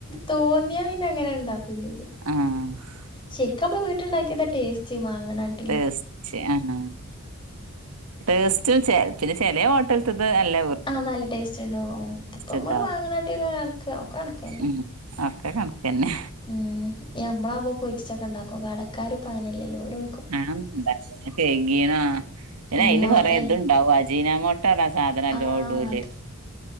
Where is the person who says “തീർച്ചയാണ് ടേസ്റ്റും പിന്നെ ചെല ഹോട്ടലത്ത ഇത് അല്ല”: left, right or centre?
Right